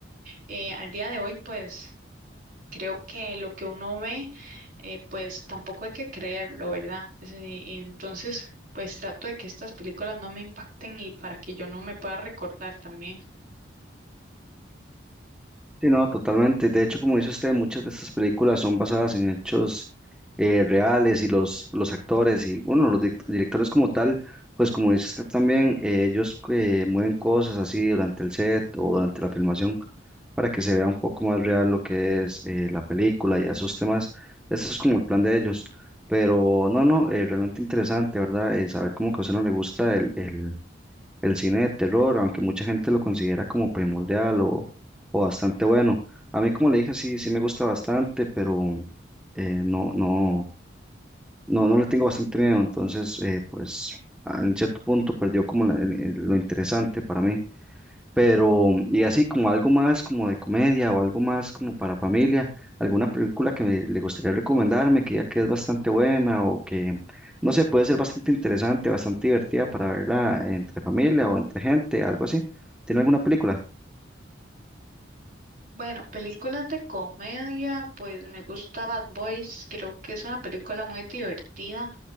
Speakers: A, on the right (about 45°); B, in the centre.
A: eh, al día de hoy, pues creo que lo que uno ve, eh, pues tampoco hay que creerlo, ¿verdad? Es, eh, y entonces, pues trato de que estas películas no me impacten y para que yo no me pueda recordar también.
B: Sí, no, totalmente. De hecho, como dice usted, muchas de estas películas son basadas en hechos eh, reales y los, los actores y, bueno, los di- directores como tal, pues como dice usted también, eh, ellos eh, mueven cosas así durante el set o durante la filmación para que se vea un poco más real lo que es eh, la película y esos temas. Ese es como el plan de ellos. Pero no, no, eh, realmente interesante, ¿verdad? Eh, saber cómo que a usted no le gusta el, el- el cine de terror, aunque mucha gente lo considera como primordial o, o bastante bueno. A mí, como le dije, sí, sí me gusta bastante, pero eh, no, no, no, no le tengo bastante miedo. Entonces, eh, pues, a- en cierto punto perdió como la- el- el- lo interesante para mí. Pero, y así como algo más como de comedia o algo más como para familia, alguna película que me- le gustaría recomendarme, que ya que es bastante buena o que, no sé, puede ser bastante interesante, bastante divertida para verla entre familia o entre gente, algo así. ¿Tiene alguna película?
A: Bueno, películas de comedia, pues me gusta Bad Boys, creo que es una película muy divertida